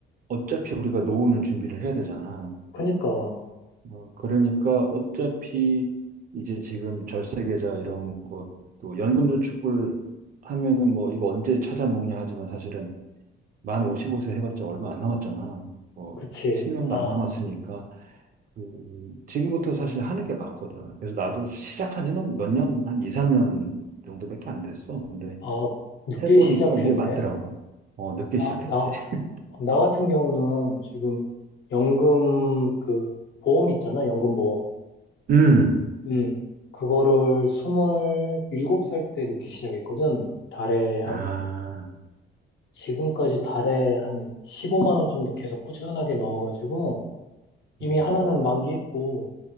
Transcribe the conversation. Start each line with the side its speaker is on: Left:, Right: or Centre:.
Right: 어차피 우리가 노후는 준비를 해야 되잖아.
Left: 그니까.
Right: 뭐, 그러니까 어차피 이제 지금 절세 계좌 이런 것도 연금 저축을 하면은 뭐 이거 언제 찾아먹냐 하지만 사실은 만 55세 해봤자 얼마 안 남았잖아. 뭐
Left: 그치.
Right: 10년도
Left: 아,
Right: 안 남았으니까 그 지금부터 사실 하는 게 맞거든. 그래서 나도 시작한 지는 몇 년, 한 2, 3년 정도밖에 안 됐어. 근데
Left: 아, 늦게
Right: 해보니까
Left: 시작했네.
Right: 이게 맞더라고. 어, 늦게
Left: 나,
Right: 시작했지.
Left: 나,
Right: <laughs>
Left: 나 같은 경우는 지금 연금 그 보험 있잖아, 연금보험.
Right: 음.
Left: 음, 그거를 27살 때 늦게 시작했거든. 달에 한,
Right: 아,
Left: 지금까지 달에 한 15만 원 정도 계속 꾸준하게 넣어가지고 이미
Right: 음,
Left: 하나는 만기했고